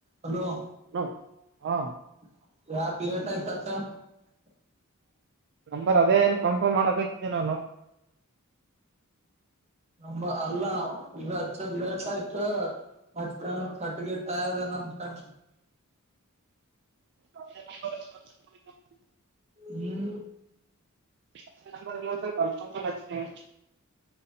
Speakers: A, on the right; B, on the right.
A: Hello
B: hello ಹಾ
A: <unintelligible>
B: ಬರ ಅದೇ ಕನ್ಫರ್ಮ್ ಮಾಡಕತಿದ್ದೆ ನಾನು
A: ನ ಅಲ್ಲಾ ಈಗ ಲೇಟ್ ಆಯ್ತು ಮತ್ತ ಕಟ್ಟಗಟ್ಟ ಇದೆ ನಮ್ ಕ
B: ಹ
A: ಹ್ಮ್
B: <unintelligible>